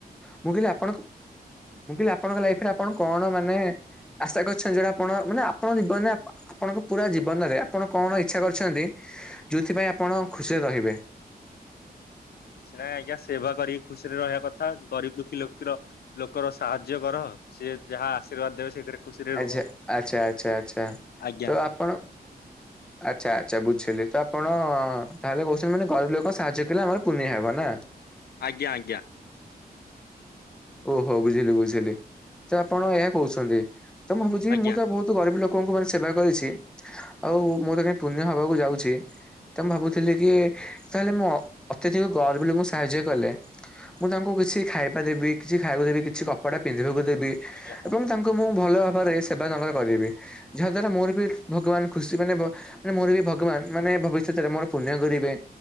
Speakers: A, in the centre; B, on the left (about 75°).
A: ମୁଁ କହିଲି ଆପଣ ମୁଁ କହିଲି ଆପଣଙ୍କ ଲାଇଫରେ ଆପଣ କଣ ମାନେ ଆଶା କରିଛନ୍ତି ଯୋଉଟା ଆପଣ ମାନେ ଆପଣ ଜୀବନରେ ଆପ ଆପଣଙ୍କ ପୁରା ଜୀବନରେ ଆପଣ କଣ ଇଚ୍ଛା କରିଛନ୍ତି ଯେଉଁଥିପାଇଁ ଆପଣ ଖୁସିରେ ରହିବେ।
B: କିଛି ନାହିଁ ଆଜ୍ଞା ସେବା କରିକି ଖୁସିରେ ରହିବା କଥା ଗରିବି ଦୁଖୀ ଲୋକୀର ଲୋକର ସାହାଯ୍ୟ କର ସିଏ ଯାହା ଆଶୀର୍ବାଦ ଦେବେ ସେଇଥିରେ ଖୁସିରେ
A: ଆଚ୍ଛା
B: ରୁହ।
A: ଆଚ୍ଛା ଆଚ୍ଛା ଆଚ୍ଛା
B: ଆଜ୍ଞା
A: ତ ଆପଣ ଆଚ୍ଛା ଆଚ୍ଛା ବୁଝିଲି ତ ଆପଣ ତାହେଲେ କହୁଛନ୍ତି ମାନେ ଗରିବି ଲୋକ ସାହାଯ୍ୟ କଲେ ଆମର ପୁଣ୍ୟ ହବ ନା।
B: ଆଜ୍ଞା ଆଜ୍ଞା।
A: ଓହୋ ବୁଝିଲି ବୁଝିଲି ତ ଆପଣ ଏହା କହୁଛନ୍ତି ତ ମୁଁ ଭାବୁଛି
B: ଆଜ୍ଞା
A: ମୁଁ ତ ବୋହୁତୁ ମୁଁ ତ ଗରିବି ଲୋକଙ୍କୁ ମାନେ ସେବା କରିଛି ଆଉ ମୋର ତ କାଇଁ ପୁଣ୍ୟ ହବାକୁ ଯାଉଛି। ତ ମୁଁ ଭାବୁଥିଲି କି ତାହେଲେ ମୁଁ ଅତ୍ୟଧିକ ଗର୍ବୀ ଲୋକଙ୍କୁ ସାହାଯ୍ୟ କଲେ ମୁଁ ତାଙ୍କୁ କିଛି ଖାଇବା ଦେବି କିଛି ଖାଇବାକୁ ଦେବି କିଛି କପଡା ପିନ୍ଧିବାକୁ ଦେବି
B: ଆଜ୍ଞା ହଁ
A: ଏବଂ ତା ତାଙ୍କୁ ମୁଁ ଭଲ ଭାବରେ ସେବା ତାଙ୍କର କରିବି ଯାହା ଦ୍ଵାରା ମୋର ବି ଭଗବାନ ଖୁସି ମାନେ ମାନେ ମୋର ବି ଭଗବାନ ମାନେ ଭବିଷ୍ୟତରେ ମୋର ପୁଣ୍ୟ କରିବେ